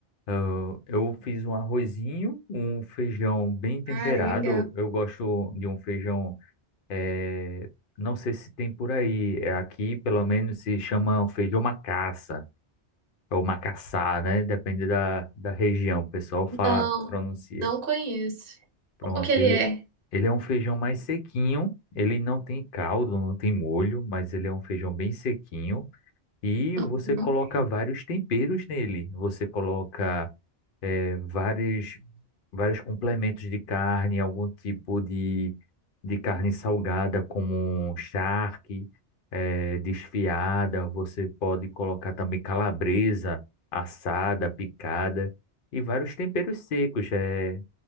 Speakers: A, on the left; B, on the right.
A: Eu, eu fiz um arrozinho, um feijão bem temperado.
B: Ah, legal.
A: Eu gosto de um feijão. eh, Não sei se tem por aí. É Aqui, pelo menos, se chama feijão macaça. Ou macaçá, né? Depende da, da região. O pessoal fala,
B: Não,
A: pronuncia.
B: não conheço.
A: Pronto,
B: Como que ele
A: ele,
B: é?
A: ele é um feijão mais sequinho, ele não tem caldo, não tem molho, mas ele é um feijão bem sequinho e
B: Uhum.
A: você coloca vários temperos nele. Você coloca eh, vários, vários complementos de carne, algum tipo de, de carne salgada, como um charque, eh, desfiada. Você pode colocar também calabresa assada, picada e vários temperos secos. eh,